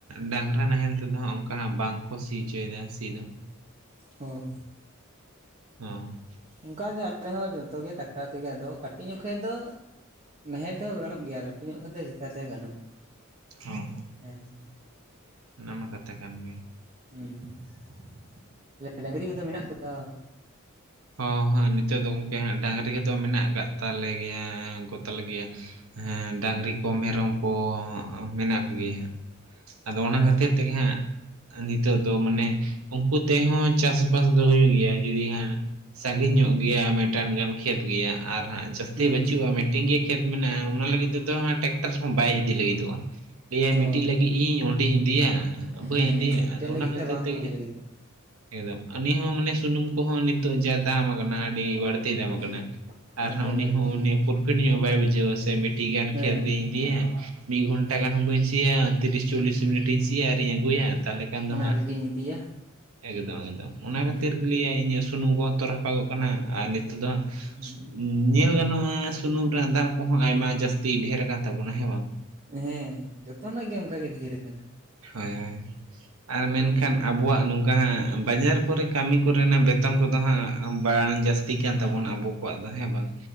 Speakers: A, on the right (about 80°); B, on the right (about 35°).
A: ᱰᱟᱝᱨᱟ ᱱᱟᱦᱮᱞ ᱛᱮᱫᱚ ᱦᱟᱸᱜ ᱚᱱᱠᱟ ᱵᱟᱝᱠᱚ ᱥᱤ ᱦᱚᱪᱚᱭᱫᱟ ᱥᱤ ᱫᱚ᱾
B: ᱦᱚᱸ᱾
A: ᱦᱩᱸ᱾
B: ᱚᱱᱠᱟᱜᱮ ᱟᱞᱮ ᱦᱚᱸ ᱡᱚᱛᱚᱮ ᱴᱟᱠᱴᱟᱨ ᱛᱮᱜᱮ ᱟᱫᱚ ᱠᱟᱹᱴᱤᱡ ᱧᱚᱜ ᱠᱷᱟᱡ ᱫᱚ ᱱᱟᱦᱮᱞ ᱛᱮᱦᱚᱸ ᱜᱟᱱᱚᱜ ᱜᱮᱭᱟ ᱞᱟᱹᱴᱩ ᱧᱚᱜ ᱠᱷᱮᱛ ᱫᱚ ᱪᱤᱠᱠᱟᱛᱮ ᱜᱟᱱᱚᱜᱼᱟ᱾
A: ᱦᱚᱸ
B: ᱦᱮᱸᱛᱚ
A: ᱚᱱᱟᱢᱟ ᱠᱟᱛᱷᱟ ᱠᱟᱱ ᱜᱮ᱾
B: ᱦᱩᱸ ᱛᱟᱦᱞᱮ ᱰᱟᱝᱨᱤ ᱠᱚᱫᱚ ᱢᱮᱱᱟᱜ ᱠᱚᱛᱟ
A: ᱦᱳᱸ ᱦᱳᱸ ᱱᱤᱛᱚᱜ ᱫᱚ ᱜᱳᱝᱠᱮ ᱦᱟᱸᱜ ᱰᱟᱝᱨᱤ ᱠᱚᱫᱚ ᱢᱮᱱᱟᱜ ᱠᱟᱜ ᱛᱟᱞᱮ ᱜᱮᱭᱟ ᱠᱚᱛᱟᱞᱮ ᱜᱮᱭᱟ᱾ ᱦᱮᱸ ᱰᱟᱝᱨᱤ ᱠᱚ ᱢᱮᱨᱚᱢ ᱠᱚ ᱢᱮᱱᱟᱜ ᱠᱚᱜᱮᱭᱟ ᱦᱟᱸᱜ᱾ ᱟᱫᱚ ᱚᱱᱟ
B: ᱚ
A: ᱠᱷᱟᱹᱛᱤᱨ ᱛᱮᱜᱮ ᱦᱟᱸᱜ ᱱᱤᱛᱚᱜ ᱫᱚ ᱢᱟᱱᱮ ᱩᱱᱠᱩ ᱛᱮᱦᱚᱸ ᱪᱟᱥ-ᱵᱟᱥ ᱫᱚ ᱦᱩᱭᱩᱜ ᱜᱮᱭᱟ ᱡᱩᱫᱤ ᱦᱟᱸᱜ ᱥᱟᱺᱜᱤᱧ ᱧᱚᱜ ᱜᱮᱭᱟ ᱢᱤᱫᱴᱟᱝ ᱜᱟᱱ ᱠᱷᱮᱛ ᱜᱮᱭᱟ ᱟᱨ ᱦᱟᱸᱜ ᱡᱟᱹᱥᱛᱤ
B: ᱦᱩᱸ
A: ᱵᱟᱹᱪᱩᱜᱼᱟ ᱢᱤᱫᱴᱮᱱ ᱜᱮ ᱠᱷᱮᱛ ᱢᱮᱱᱟᱜᱼᱟ ᱚᱱᱟ ᱞᱟᱹᱜᱤᱫ ᱛᱮᱫᱚ ᱴᱨᱟᱠᱴᱟᱨ ᱦᱚᱸ ᱵᱟᱭ ᱤᱫᱤ ᱞᱟᱹᱜᱤᱫᱚᱜᱼᱟ᱾ ᱞᱟᱹᱭᱟᱧ ᱢᱤᱫᱴᱤᱡ
B: ᱚ
A: ᱞᱟᱹᱜᱤᱫ ᱤᱧ ᱚᱸᱰᱮᱧ ᱤᱫᱤᱭᱟ ᱵᱟᱹᱧ
B: ᱦᱮᱸ
A: ᱤᱫᱤᱭᱟ
B: ᱦᱮᱸ ᱢᱤᱫᱴᱮᱱ
A: ᱟᱫᱚ
B: ᱞᱟᱹᱜᱤᱫ
A: ᱚᱱᱟ ᱠᱷᱟᱹᱛᱤᱨ
B: ᱫᱚ ᱵᱟᱝ
A: ᱛᱮᱜᱮ
B: ᱠᱚ ᱤᱫᱤ
A: ᱦᱟᱸᱜ
B: ᱞᱟᱹᱜᱤᱫᱚᱜ
A: ᱮᱠᱫᱚᱢ ᱟᱱᱤ ᱦᱚᱸ ᱢᱟᱱᱮ ᱥᱩᱱᱩᱢ ᱠᱚᱦᱚᱸ ᱱᱤᱛᱚᱜ ᱡᱟ ᱫᱟᱢ ᱠᱟᱱᱟ ᱟᱹᱰᱤ ᱵᱟᱹᱲ ᱛᱤ ᱫᱟᱢ
B: ᱦᱮᱸ
A: ᱠᱟᱱᱟᱭ ᱟᱨ
B: ᱫᱚᱢᱮ
A: ᱩᱱᱤ
B: ᱵᱟᱹᱲᱛᱤ
A: ᱦᱚᱸ ᱩᱱᱤ
B: ᱠᱟᱱᱟ
A: ᱯᱨᱳᱯᱦᱮᱴ ᱧᱚᱜ ᱵᱟᱭ ᱵᱩᱡᱷᱟᱹᱣᱟ ᱥᱮ ᱢᱤᱫᱴᱤᱡ ᱜᱟᱱ
B: ᱦᱮᱸ
A: ᱠᱷᱮᱛᱤᱧ ᱤᱫᱤᱭᱮ ᱢᱤᱫ ᱜᱷᱚᱱᱴᱟ
B: ᱦᱮᱸ
A: ᱜᱟᱱ ᱦᱚᱸ ᱵᱟᱹᱧ ᱥᱤᱭᱟ ᱛᱤᱨᱤᱥ ᱪᱚᱞᱞᱤᱥ ᱢᱤᱱᱤᱴ ᱤᱧ ᱥᱤᱭᱟ ᱟᱨᱤᱧ ᱟᱹᱜᱩᱭᱟ ᱛᱟᱦᱚᱞᱮ ᱠᱷᱟᱱ ᱫᱚ
B: ᱚᱱᱟ
A: ᱦᱟᱸᱜ
B: ᱞᱟᱹᱜᱤᱫ ᱤᱧ ᱤᱫᱤᱭᱟ
A: ᱮᱠᱫᱚᱢ ᱮᱠᱫᱚᱢ ᱚᱱᱟ ᱠᱷᱟᱹᱛᱤᱨ
B: ᱦᱩᱸ
A: ᱜᱮ ᱞᱟᱹᱭᱟᱭ ᱤᱧᱟᱹᱜ ᱥᱩᱱᱩᱢ ᱠᱚᱦᱚᱸ ᱛᱚ ᱨᱟᱯᱟᱜᱼᱚᱜ ᱠᱟᱱᱟ ᱟᱨ ᱱᱤᱛᱚᱜ ᱫᱚ ᱦᱟᱸᱜ
B: ᱦᱩᱸ
A: ᱧᱮᱞ ᱜᱟᱱᱚᱜᱼᱟ ᱥᱩᱱᱩᱢ ᱨᱮᱱᱟᱜ ᱫᱟᱢ ᱠᱚᱦᱚᱸ ᱟᱭᱢᱟ ᱡᱟᱹᱥᱛᱤ ᱰᱷᱮᱨ ᱠᱟᱱ ᱛᱟᱵᱚᱱᱟ ᱦᱮᱸ ᱵᱟᱝ
B: ᱦᱮᱸ ᱡᱚᱛᱚᱱᱟᱜ ᱜᱮ ᱚᱱᱠᱟᱜ ᱜᱮ ᱫᱷᱮᱨ ᱠᱟᱱᱟ
A: ᱦᱳᱭ ᱦᱳᱭ ᱟᱨ ᱢᱮᱱᱠᱷᱟᱱ
B: ᱪᱤᱠᱟᱹᱭᱟ
A: ᱟᱵᱚᱣᱟᱜ
B: ᱢᱟ
A: ᱱᱚᱝᱠᱟ ᱦᱟᱸᱜ ᱵᱟᱡᱟᱨ ᱠᱚᱨᱮ ᱠᱟᱹᱢᱤ ᱠᱚᱨᱮᱱᱟᱜ ᱵᱮᱛᱚᱱ ᱠᱚᱫᱚ ᱦᱟᱸᱜ ᱵᱟᱝ ᱡᱟᱹᱥᱛᱤ ᱠᱟᱱ ᱛᱟᱵᱚᱱᱟ ᱟᱵᱚ ᱠᱚᱣᱟᱜ ᱫᱚ ᱦᱮᱸ ᱵᱟᱝ